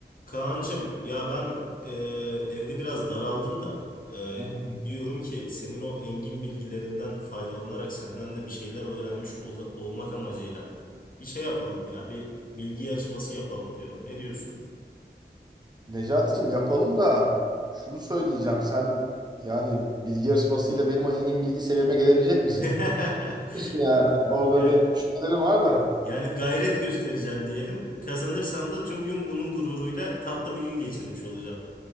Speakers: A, on the left; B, on the right.
A: Kaan'cığım ya ben e, evde biraz daraldım da e,
B: Hı hı.
A: diyorum ki senin o engin bilgilerinden faydalanarak senden de bir şeyler öğrenmiş ol- olmak amacıyla bir şey yapalım ya bir bilgi yarışması yapalım diyorum. Ne diyorsun?
B: Necati'cim yapalım da şunu söyleyeceğim. Sen yani bilgi yarışmasıyla benim engin bilgi seviyeme gelebilecek misin?
A: <laughs>
B: Biliyorsun yani hani orada
A: Yani
B: bir şüphelerim var da.
A: yani gayret göstereceğim diyelim. Kazanırsam da tüm gün bunun gururuyla tatlı bir gün geçirmiş olacağım.